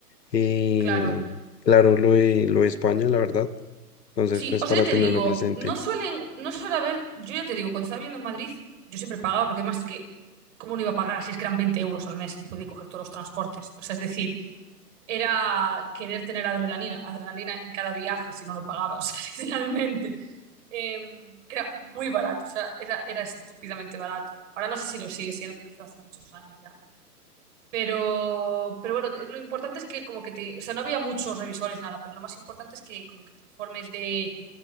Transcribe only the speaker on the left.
eh,
claro lo de, lo de España, la verdad. Entonces,
pues
para
tenerlo
presente.